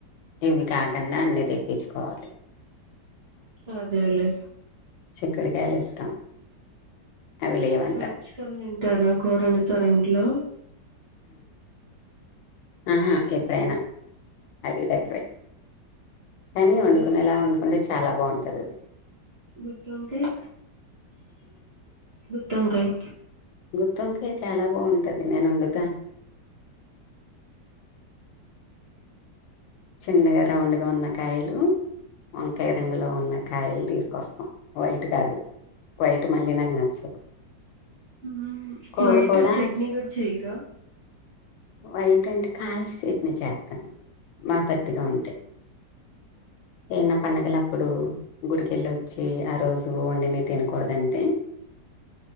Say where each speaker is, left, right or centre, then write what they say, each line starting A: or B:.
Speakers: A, on the left (about 85°); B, on the right (about 45°).
A: ఇవి కాకుండా అన్ని తెప్పించుకోవాలి.
B: అదేలే
A: చిక్కుడుకాయలు ఇష్టం అవి లేవంట
B: క్యాప్సికం తింటారా కూరలు టోరెంట్లో
A: ఊహుం ఎప్పుడైన అది తక్కువే కాని వండుకునేలా
B: గుత్
A: వండుకుంటే చాలా బాగుంటది అది
B: గుత్తువంకాయ్ గుత్ తంవంకాయ్
A: గుత్తివంకయి చాలా బాగుంటది నేను వండుతాను చిన్నగా రౌండ్గా ఉన్న కాయలు వంకాయ రంగులో ఉన్న కాయలు తీసుకొస్తాం వైట్ కాదు వైట్ మళ్ళీ నాకు నచ్చవు
B: ఉమ్
A: కూర
B: బయట
A: కూడా
B: చట్నీ కూడా చేయరా
A: వైట్ అంటే కాల్చి చట్నీ చేత్తా మా పెద్దగా ఉంటాయి ఏన్న పండుగల అప్పుడు గుడికెళ్ళి వచ్చి ఆ రోజు వండిని తినకూడదంటే